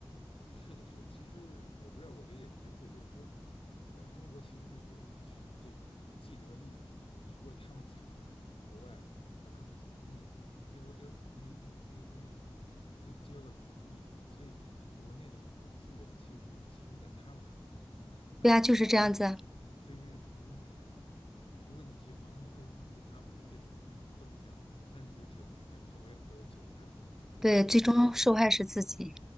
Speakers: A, on the left; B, in the centre.
A: 是的，是的。其实我不知道我理解您对不对，就是说，呃，中国其实是有一群这种既得利益者，只不过他们藏的可能比国外要更隐秘，要要那个那个那个那个那个，就就要个隐秘一点。所以国内的很多资源其实是集中在他们手上的。那作为一个普，
B: 对啊，就是这样子啊。
A: 作为一个普通人来讲，那如果你去盲目跟风于他们的这个风向，那你就只能成为炮灰或者韭菜了。我不知道我我理解是对吗？
B: 对，最终受害是自己。